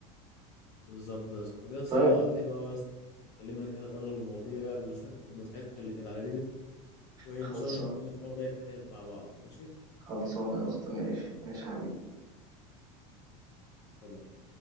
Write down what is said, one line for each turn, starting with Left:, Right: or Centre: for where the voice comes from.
Left: بالظبط يا اسطى طب يا اسطى
Right: طيب
Left: حلو قوي يا اسطى يعني اتكلمنا كده في اغلب المواضيع ال- <laughs> المضحكه اللي كانت على ريدي وإن
Right: خلصان
Left: شاء الله نتكلم في مواضيع تانية مع بعض ماشي؟
Right: خلصانه يا اسطى ماشي ماشي يا حبيبي
Left: سلام.